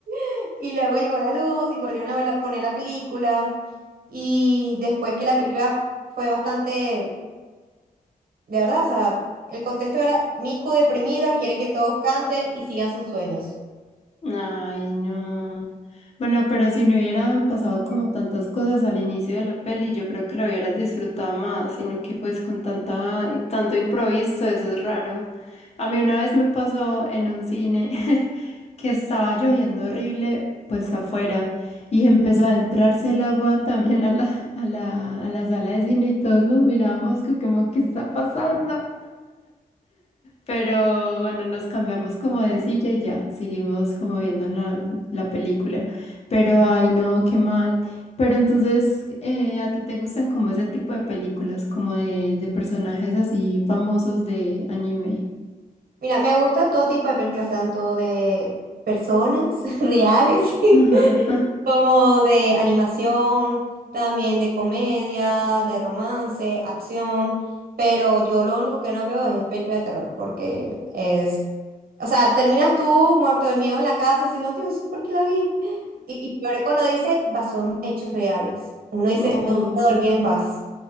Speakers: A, on the right; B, on the left.
A: <laughs> y luego llegó la luz y volvieron a ver la- poner la película, y después que la película fue bastante, de verdad, o sea, el contexto era Miku deprimida, quiere que todos canten y sigan sus sueños.
B: Ay, no. Bueno, pero si no hubieran pasado como tantas cosas al inicio de la peli, yo creo que lo hubieras disfrutado más, sino que pues con tanta, tanto improviso, eso es raro. A mí una vez me pasó en un cine <laughs> que estaba lloviendo horrible, pues afuera, y
A: Ujú.
B: empezó a entrarse el agua también a la, a la, a la sala de cine y todos nos mirábamos que como, ¿qué está pasando? Pero bueno, nos cambiamos como de silla y ya, seguimos como viendo la, la película. Pero ay, no, qué mal. Pero entonces, eh, ¿a ti te gustan como ese tipo de películas, como de, de personajes así famosos de anime?
A: Mira, me gusta todo tipo de películas, tanto de personas <laughs> reales <laughs>
B: Ajá. <laughs>
A: Como de animación, también de comedia, de romance, acción, pero yo lo único que no veo es película de terror, porque es, o sea, terminas tú muerto de miedo en la casa diciendo, Dios, ¿por qué la vi? Y, y peor es cuando dice, "Bah, son hechos reales. Uno dice,
B: Oh,
A: no voy a dormir en paz.